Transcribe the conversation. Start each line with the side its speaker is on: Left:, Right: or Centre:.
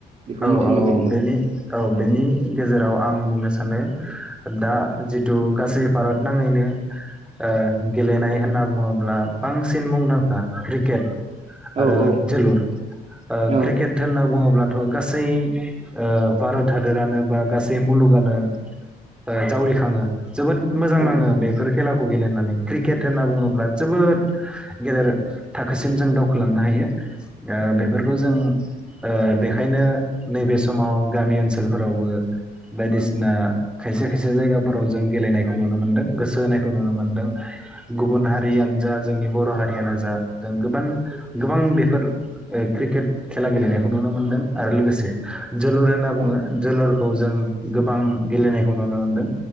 Right: बेखौ
Centre: औ
Right: मिथिनो
Centre: औ
Right: लुबैदोंमोन
Centre: बेनि औ बेनि गेजेराव आं बुंनो सानो दा जिथु गासै भारत नाङैनो ओ गेलेनाय होनना बुङोब्ला बांसिन मुंदांखा क्रिकेट। आरो
Right: औ औ
Centre: जोलुर ओ
Right: औ
Centre: क्रिकेट होनना बुङोब्ला थ' गासै ओ भारत हादोरानो बा गासै मुलुगानो ओ जावरिखाङो। जोबोद मोजां
Right: औ
Centre: नाङो बेफोर खेलाखौ गेलेनानै क्रिकेट होनना बुङोब्ला जोबोद गेदेर थाखोसिम जों दावखोलांनो हायो ओ बेफोरखौ जों ओ बे खायनो नैबे समाव गामि ओनसोलफोरावबो बायदिसिना खायसे खायसे जायगाफोराव जों गेलेनायखौ नुनो मोनदों गोसो होनायखौ नुनो मोनदों गुबुन हारियानो जा जोंनि बर' हारियानो जा जों गोबान गोबां बेफोर ओ क्रिकेट खेला गेलेनायखौ नुनो मोनदों। आरो लोगोसे जोलुर होनना बुङो
Right: औ
Centre: जोलुरखौ जों गोबां गेलेनायखौ नुनो मोनदों